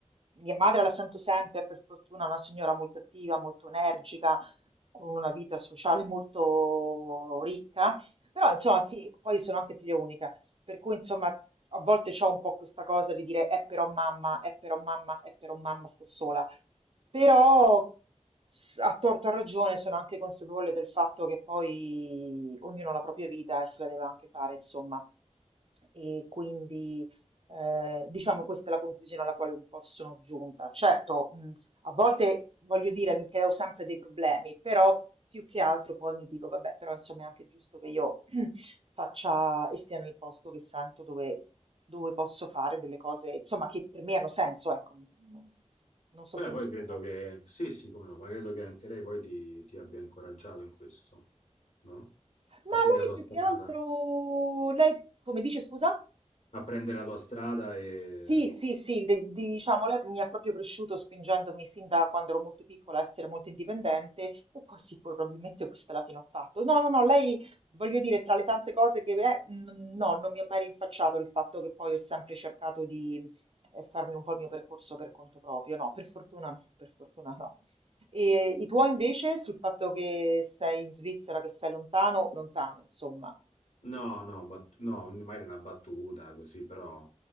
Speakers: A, on the right (about 50°); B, on the left (about 70°).
A: Mia madre la sento sempre, per fortuna una signora molto attiva, molto energica, con una vita sociale molto ricca, però
B: <laughs>
A: insomma sì, poi sono anche figlia unica. Per cui, insomma, a volte c'ho un po' questa cosa di dire, è però mamma, è però mamma, è però mamma sta sola. Però, s- a torto a ragione, sono anche consapevole del fatto che poi ognuno ha la propria vita e se la deve anche fare, insomma. E quindi, eh, diciamo, questa è la conclusione alla quale un po' sono giunta. Certo, mh, a volte voglio dire, mi creo sempre dei problemi, però più che altro poi mi dico, vabbè, però insomma è anche giusto che io faccia e stia nel posto che sento dove, dove posso fare delle cose, insomma, che per me hanno senso, ecco, non non so
B: Beh,
A: se
B: poi
A: mi spiego.
B: credo che, sì, sì, come no, ma credo che anche lei poi ti, ti abbia incoraggiato in questo, no?
A: Ma
B: A scegliere
A: lei
B: la tua
A: più
B: strada,
A: che altro, lei come dice, scusa?
B: a prendere la tua strada e...
A: Sì, sì, sì, le- diciamo, lei mi ha proprio cresciuto spingendomi fin da quando ero molto piccola a essere molto indipendente e poi sì, probabilmente questa è la fine ho fatto. No, no, no, lei, voglio dire, tra le tante cose che è, n- no, non mi ha mai rinfacciato il fatto che poi ho sempre cercato di eh, farmi un po' il mio percorso per conto proprio, no, per fortuna no, per fortuna no. E i tuoi invece sul fatto che sei in Svizzera, che sei lontano, lontano, insomma.
B: No, no, bat- no, magari una battuta così, però